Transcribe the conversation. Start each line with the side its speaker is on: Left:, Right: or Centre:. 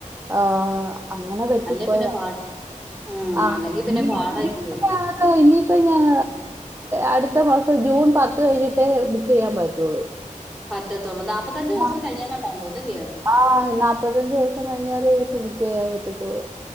Right: ആഹ് അങ്ങനെ പറ്റിപ്പോയതാ
Centre: അല്ലെ പിന്നെ പാടാ ഉം
Right: ആഹ്
Centre: അല്ലെങ്കി
Right: <unintelligible>
Centre: പിന്നെ പാടല്ലയോ
Right: ലാ ഇനിയിപ്പ ഞാൻ അടുത്ത മാസം ജൂൺ പത്ത് കഴിഞ്ഞിട്ടേ ബുക്ക്യ്യാൻ പറ്റുള്ളൂ
Centre: പറ്റത്തുള്ള നാപ്പത്തഞ്ച് ദിവസം
Right: ആഹ്
Centre: കഴിയാഞ്ഞാലേറ്റാ തോന്നുല്ലേ
Right: ആഹ് നാൽപത്തഞ്ച് ദിവസം കഴിഞ്ഞാല് ഇപ്പം ബുക്ക് ചെയ്യാൻ പറ്റത്തുള്ളൂ